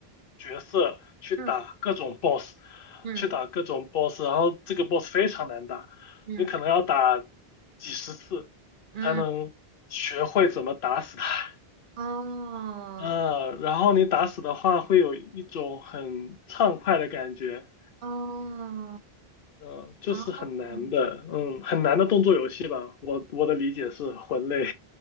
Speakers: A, on the left; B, on the right.
A: 角色去打各种
B: 嗯
A: boss，
B: 嗯
A: 去打各种 boss，然后这个 boss 非常难打，
B: 嗯
A: 你可能要打几十次才能学会怎么打死它。
B: 嗯，
A: <laughs>
B: 哦
A: 嗯，然后你打死的话，会有一种很畅快的感觉，
B: 哦
A: 嗯，就是很难的，
B: 哦哦
A: 嗯，很难的动作游戏吧。我我的理解是魂类，